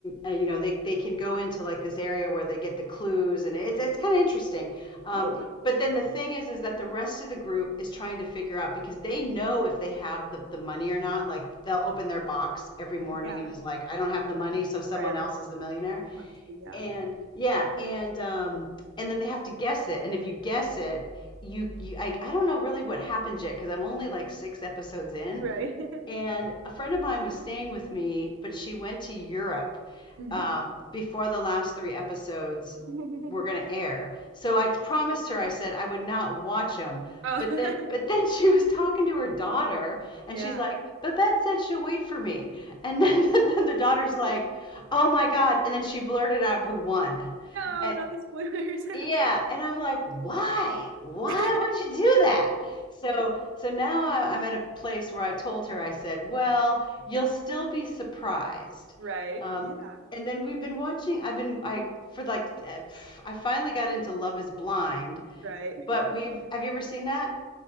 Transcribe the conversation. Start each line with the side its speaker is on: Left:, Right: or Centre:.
Left: uh, you know they, they can go into like this area where they get the clues and it's it's kind of interesting um,
Right: Oh, wow.
Left: but then
Right: Yeah.
Left: the thing is is that the rest of the group is trying to figure out because they know if they have the, the money or not like they'll open
Right: Um,
Left: their box every morning
Right: yeah.
Left: and is like i don't have the
Right: Right.
Left: money so someone
Right: Right. Right.
Left: else is the millionaire
Right: Must be. Yeah.
Left: and yeah, and um, and then they have to guess it. And if you guess it, you, you I, I don't know really what happens yet because I'm only like six episodes in.
Right: Right. <laughs>
Left: And a friend of mine was staying with me, but she went to Europe
Right: hmm
Left: um, before the last three episodes
Right: <laughs>
Left: were going to air. So I promised her, I said I would not watch them.
Right: Oh,
Left: But then, but then she was talking to her daughter, and
Right: <laughs> yeah.
Left: she's like, "Babette said she'll wait for me." And then, <laughs> then the daughter's like, "Oh my God!" And then she blurted out who won.
Right: No,
Left: and,
Right: not the spoilers.
Left: yeah, and I'm like, why? Why
Right: <laughs>
Left: would you do that? So, so now I- I'm at a place where I told her, I said, well, you'll still be surprised.
Right: Right.
Left: Yep. Um,
Right: Yeah.
Left: and then we've been watching, I've been, I, for like, uh, pff, I finally got into Love is Blind,
Right: Right.
Left: but we've, have you ever seen that?